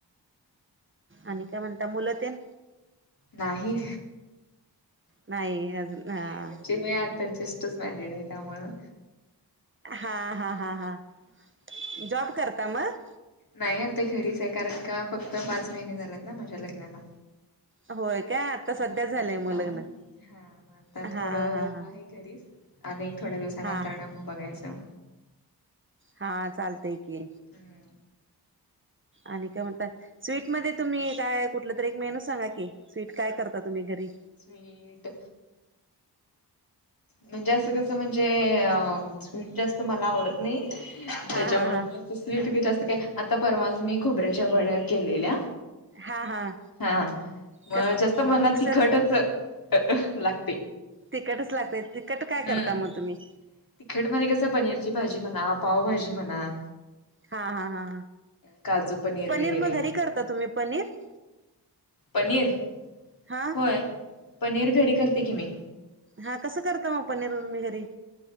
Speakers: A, on the right (about 30°); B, on the left (about 55°).
A: आणि काय म्हणता मुलं तेन?
B: नाही.
A: नाही. अजून हा
B: नाही म्हणजे मी आता जस्टच मॅरिड आहे त्यामुळं
A: हा, हा, हा, हा जॉब करता मग?
B: नाही आता घरीच हाय कारण का फक्त पाच महिने झालेत ना माझ्या लग्नाला.
A: होय काय <unintelligible>
B: <unintelligible> हा
A: झालंय
B: म
A: मग लग्न
B: आता
A: हा
B: थोडं
A: हा हा
B: आहे घरीच. अनेक थोड्या दिवसानंतरन
A: हा हा
B: मग बघायचं
A: हा चालतय की,
B: हम्म
A: आणि काय म्हणता? स्वीटमध्ये तुम्ही काय कुठलं तरी एक मेनू सांगा की, स्वीट काय करता तुम्ही घरी?
B: स्वीट म्हणजे असं कसं म्हणजे, अ स्वीट जास्त मला आवडत नाही.
A: हा
B: त्याच्यामुळं
A: हा हा
B: मी अस स्वीट जास्त काय, आता परवाच मी खोबऱ्याच्या वड्या केलेल्या
A: हा हा
B: हा, म
A: कस
B: जास्त
A: मग
B: मला
A: मिक्सर
B: तिखटच अ लागते.
A: तिकटच लागतय, तिखट काय
B: हम्म
A: करता म तुम्ही?
B: तिखट मध्ये कसं पनीरची भाजी म्हणा, पाव भाजी म्हणा
A: हा, हा, हा
B: काजू
A: पनीर
B: वगैरे
A: म घरी करता तुम्ही पनीर?
B: पनीर
A: हा
B: होय, पनीर घरी करते की मी.
A: हा कसं करता मग पनीर तुम्ही घरी?